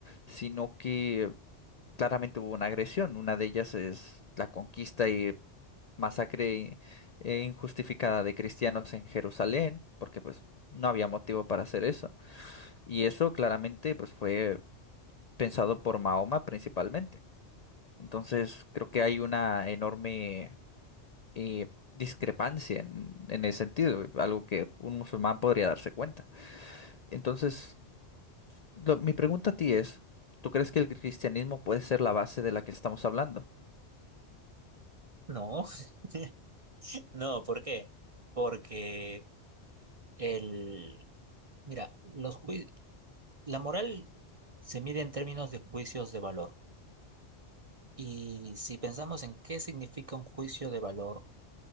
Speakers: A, on the left; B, on the right.
A: sino que claramente hubo una agresión. Una de ellas es la conquista y masacre eh, injustificada de cristianos en Jerusalén, porque pues no había motivo para hacer eso. Y eso claramente pues fue pensado por Mahoma principalmente. Entonces creo que hay una enorme eh, discrepancia en, en ese sentido, algo que un musulmán podría darse cuenta. Entonces, lo- mi pregunta a ti es, ¿tú crees que el cristianismo puede ser la base de la que estamos hablando?
B: No, <laughs> no, ¿por qué? Porque el, mira, los jui- la moral se mide en términos de juicios de valor. Y si pensamos en qué significa un juicio de valor,